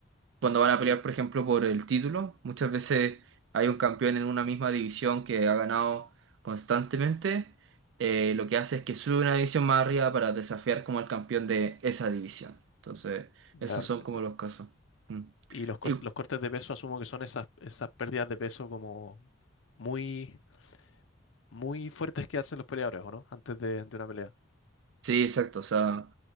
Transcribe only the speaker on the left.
Ya,
perfecto.
Y los, cor-
los cortes de peso asumo que son esas, esas pérdidas de peso como muy, muy fuertes que hacen los peleadores, ¿o no? Antes de, de una pelea.